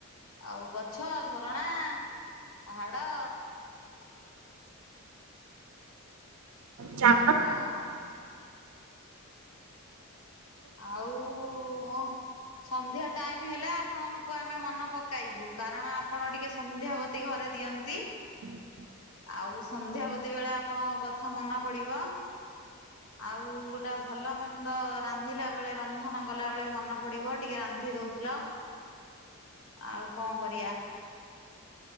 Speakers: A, on the left; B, on the right.
A: ଆଉ ଗଛ, ଝରଣା। ପାହାଡ଼।
B: ଚାନ <inaudible>
A: ଆଉ ଆଉ ଅଁ? ସନ୍ଧ୍ୟା ଟାଇମ୍ ହେଲେ ଆପଣଙ୍କୁ ଆମେ ମନ ପକାଇବୁ କାରଣ ଆପଣ ଟିକେ ସନ୍ଧ୍ୟା ବ ତୀ ଘରେ ଦିଅନ୍ତି।
B: ହୁଁ
A: ଆଉ ସନ୍ଧ୍ୟାବତୀ ବେଳେ ଆପଣଙ୍କ କଥା ମନ ପଡିବ। ଆଉ ଗୋଟେ ଭଲ ମନ୍ଦ ରା ନ୍ଧିଲା ବେଳେ ରନ୍ଧନ ଗଲା ବେଳେ ମନ ପଡିବ ଟିକେ ରାନ୍ଧି ଦଉଥୁଲ। ଆଉ କଁ କରିଆ?